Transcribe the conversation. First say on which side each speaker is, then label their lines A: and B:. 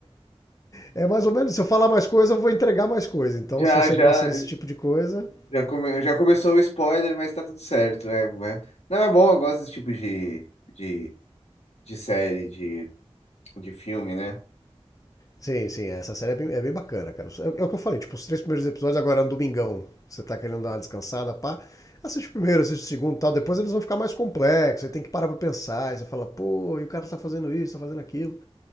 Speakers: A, on the left; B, on the left.
A: É mais ou menos, se eu falar mais coisa, eu vou entregar mais coisa. Então
B: Já,
A: se você
B: já,
A: gosta desse tipo de coisa,
B: já, come, já começou o spoiler, mas tá tudo certo. É, é- Não, é bom, eu gosto desse tipo de, de, de série, de, de filme, né?
A: Sim, sim, essa série é bem, é bem bacana, cara. É, é o que eu falei, tipo, os três primeiros episódios agora no domingão, você tá querendo dar uma descansada, pá, assiste o primeiro, assiste o segundo e tal, depois eles vão ficar mais complexos, aí tem que parar pra pensar, aí você fala, pô, e o cara tá fazendo isso, tá fazendo aquilo.